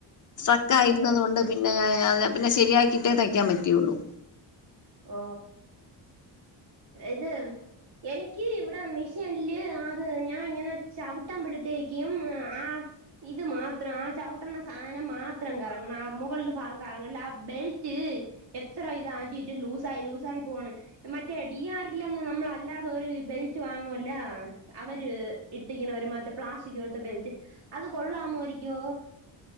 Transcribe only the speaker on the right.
ആ
ഓ ഇത് എനിക്ക് ഇവിടെ മിഷീനില് അത് ഞാൻ ഇങ്ങനെ ചവിട്ടമ്പഴത്തേക്കും ആ ഇത് മാത്രം ആ ചവിട്ടണ സാധനം മാത്രം കറങ്ങണം ആ മുകളിലെ ഭാഗം കറങ്ങണില്ല ആ ബെൽറ്റ് എത്ര ഇത് ആക്കിട്ടും ലൂസായി ലൂസായി പോണ് മറ്റ മറ്റേ ഡി ആർല്ലന്ന് നമ്മളല്ലാതെ ഒരു ബെൽറ്റ് വാങ്ങുവല്ല അവര് ഇട്ടിക്കണ ഒരുമാതിരിത്തെ പ്ലാസ്റ്റിക് പോലത്തെ ബെൽറ്റ് അത് കൊള്ളാമാരിക്കോ